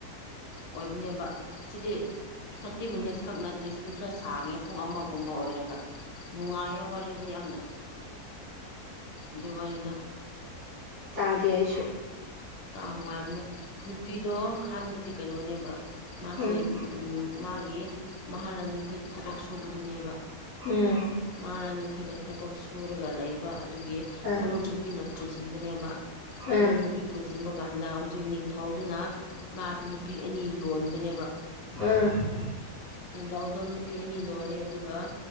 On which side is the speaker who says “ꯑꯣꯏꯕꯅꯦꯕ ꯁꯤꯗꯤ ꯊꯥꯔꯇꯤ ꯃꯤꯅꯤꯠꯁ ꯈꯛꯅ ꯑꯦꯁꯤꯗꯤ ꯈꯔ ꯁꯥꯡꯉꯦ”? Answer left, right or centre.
Left